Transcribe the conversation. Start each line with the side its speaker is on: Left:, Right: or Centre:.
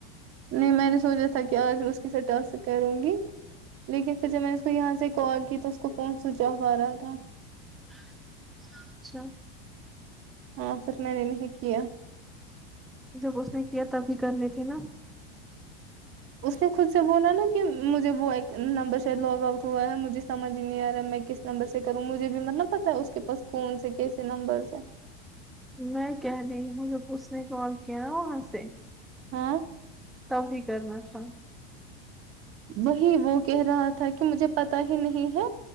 Right: نہیں میں نے سوچا تھا کہ آج اس کے ساتھ ٹاسک کروں گی لیکن پھر جب میں نے اس کو یہاں سے کال کی تو اس کو فون سوچ آف آرہا تھا
Centre: اچھا
Right: ہاں پھر میں نے نہیں کیا
Centre: جب اس نے کیا تب بھی کرنے تھے نا
Right: اس نے خود سے بولا نا کہ مجھے وہ ایک نمبر شاید لاگ آؤٹ ہوا ہے مجھے سمجھ نہیں آ رہا ہے میں کس نمبر سے کروں مجھے بھی مت نہ پتا ہے اس کے پاس کون سے کیسے نمبرس ہے
Centre: میں کہہ رہی ہوں جب اس نے کال کیا نا وہاں سے
Right: ہاں
Centre: تب ہی کرنا تھا
Right: وہی وہ کہہ رہا تھا کہ مجھے پتا ہی نہیں ہے